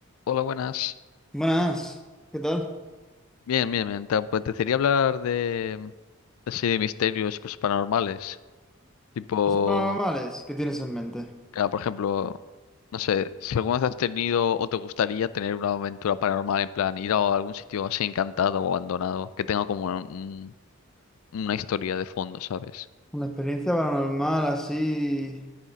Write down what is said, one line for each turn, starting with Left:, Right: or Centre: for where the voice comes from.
Left: Hola, buenas.
Centre: Buenas, ¿qué tal?
Left: Bien, bien, bien. Te apetecería hablar de, así de misterios, cosas paranormales. Tipo,
Centre: ¿Cosas paranormales? ¿Qué tienes en mente?
Left: ah, por ejemplo, no sé, si alguna vez has tenido o te gustaría tener una aventura paranormal, en plan, ir a algún sitio así encantado o abandonado, que tenga como un- una historia de fondo, ¿sabes?
Centre: Una experiencia paranormal así.